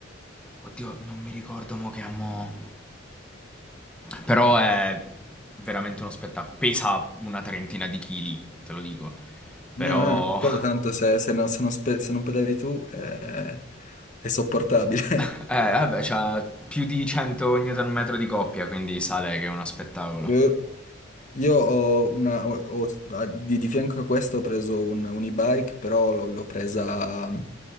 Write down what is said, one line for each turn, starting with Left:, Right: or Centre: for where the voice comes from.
Centre: Oddio, non mi ricordo mo che ammo. Però è veramente uno spettacolo. Pesa una trentina di chili, te lo dico. Però.
Left: No, eh, però
Centre: <laughs>
Left: tanto se, se non, se non spe- se non pedali tu eh, è sopportabile.
Centre: Eh, vabbè, c'ha più di 100 Nm di coppia, quindi sale che è uno spettacolo.
Left: <laughs> Io ho una, ho- ho- a- di, di fianco a questo ho preso un, un e-bike, però l'ho l'ho presa mm,